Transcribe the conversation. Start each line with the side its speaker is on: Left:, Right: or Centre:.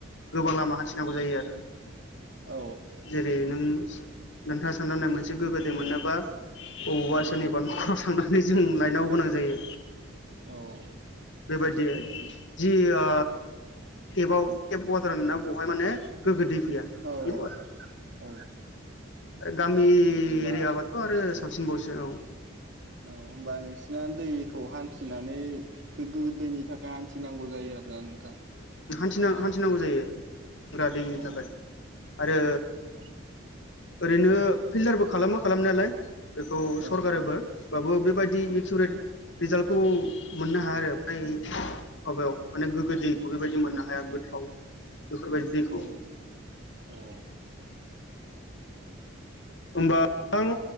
Left: गोबां लामा हान्थिनांगौ जायो आरो
Right: औ
Left: जेरै नों नोंथाङा साननानै मोनसे गोग्गो दै मोननोबा बबावबा
Right: औ
Left: सोरनिबा न'खराव थांनानै जों लायनांगौ गोनां जायो।
Right: औ।
Left: बेबायदि जि ओ टेपाव टेप वाटार होना बेवहाय माने गोग्गो दै फैया
Right: औ
Left: बेनो
Right: औ
Left: आरो
Right: औ
Left: आरो गामि
Right: होमबा
Left: एरियाबाथ' आरो साबसिनबावसो औ।
Right: औ होनोमबा नोंसिना दैखौ हान्थिनानै गोग्गो दैनि थाखाय हान्थिनांगौ जायो आरो ना नोंथां?
Left: थिना हान्थिनांगौ जायो लोंग्रा दैनि
Right: औ
Left: थाखाय आरो
Right: औ
Left: ओरैनो फिल्टारबो खालामो खालामनायालाय बेखौ
Right: औ
Left: सरगारोबो होनबाबो बेबायदि एकुरेट रिजाल्टखौ मोननो हाया आरो ओमफ्राय माबायाव माने गोग्गो दैखौ बेबायदि मोननो हाया गोथाव बेफोरबायदि दैखौ
Right: औ औ
Left: होमबा नोंथां